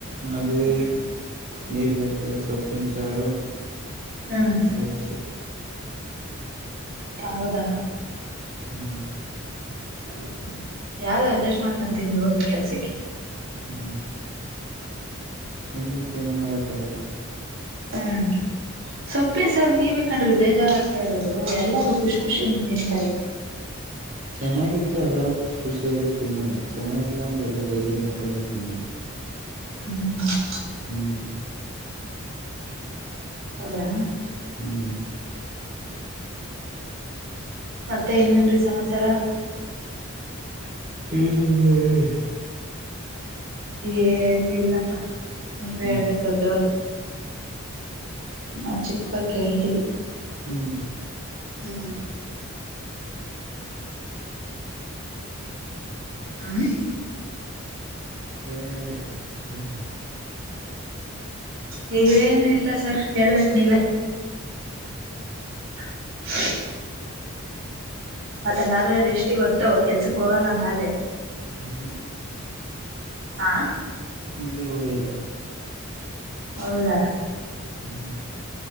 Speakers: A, on the right; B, on the right.
A: ಅದೇ
B: ಹ್ಮ್
A: ನೀರು ಕಕ್ಕಿರ ಸೊಪ್ಪಿನ ಸಾರು
B: ಹ್ಮ್
A: ರೈಸ್
B: ಹೌದಾ
A: ಹ್ಮ್
B: ಹ್ಮ್ ಯಾವ್ದು ಅಡ್ಜಸ್ಟ್ ಮಾಡ್ಕು ತಿಂದು ಹೋಗ್ರಿ ಕೆಲ್ಸಕ್ಕೆ
A: ಹ್ಮ್ ತಿನ್ಬೇಕ ಏನ್ ಮಾಡಕ್ ಆದು
B: ಹ್ಮ್ ಸೊಪ್ಪನ್ ಸರ್ ನೀವ ಬೇಕಣ್ರಿ ಬೇಜಾರು ಆಗ್ತಾ ಇರೋದು ಎಲ್ಲಾರೂ ಖುಷ್ ಖುಷಿಯಿಂದ ತಿಂತಾರೆ <inaudible>
A: ಚೆನ್ನಾಗಿದ್ರೆ ಎಲ್ಲರೂ ಖುಷಿ ಖುಷಿಯಾಗೇ ತಿನ್ನಲ್ಲ ಚೆನ್ನಾಗಿಲ್ಲ ಅಂದ್ರೆ ಎಲ್ಲಾ ಬೇಜಾರು ಮಾಡ್ಕೊಂಡೆ ತಿನ್ನಲ್ಲ
B: ಹ್ಮ್ ಹ್ಮ್್ಮ <unintelligible>
A: ಹ್ಮ
B: ಹೌದಾ
A: ಹ್ಮ್
B: ಮತ್ತೆ ಇನ್ನೇನ್ರಿ ಸಮಾಚಾರ
A: ಹೇಳಿಲ್ಲ ಹೇಳಿ
B: ಏನು ಇಲ್ಲಪ್ಪಾ ನೀವ
A: ಹ್ಮ್
B: ಹೇಳ್ಬೇಕ ದೊಡ್ಡೋರು ನಾ ಚಿಕ್ಕವರ್ ಕೇಳ್ತೀವಿ
A: ಹ್ಮ್
B: ಹ್ಮ್ ಹ್ಮ
A: ಏನ್ ಹೇಳಿ ಹೇಳ್ತಿ
B: ನೀವೇನು ಇಲ್ಲ ಸರ್ ಹೇಳ್ಬೇಕು ನೀವ <inaudible> ಮತ್ ಹಂಗಾದ್ರೆ ಅ್ರ ಎಷ್ಟ್ ಇವತ್ತು ಕೆಲ್ಸಕ್ ಹೋಗಲ್ಲ ಹಂಗಾದ್ರೆ
A: ಹ್
B: ಹಾ
A: ಇಲ್ಲು ಹೋಗಲ್
B: ಹೌದಾ
A: ಹ್ಮ್